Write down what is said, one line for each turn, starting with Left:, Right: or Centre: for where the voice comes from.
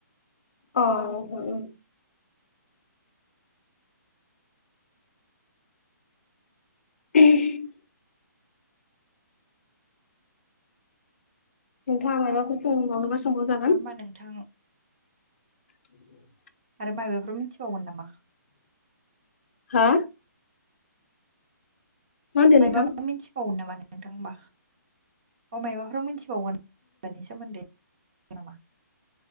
Left: अ उम उम ओहम नोंथाङा मायाबाफोर सोंबावनोबा सोंबावजागोन
Right: दा होमबा नोंथां
Left: <inaudible>
Right: आरो मायबाफोर मिथिबावगोन नामा?
Left: हा मा होनदों
Right: मायबाफोर
Left: नोंथां
Right: मिनथिबावगोन नामा नोंथां होमबा औ मायबाफोर मिनथि बावगोन बनि सोमोन्दै नामा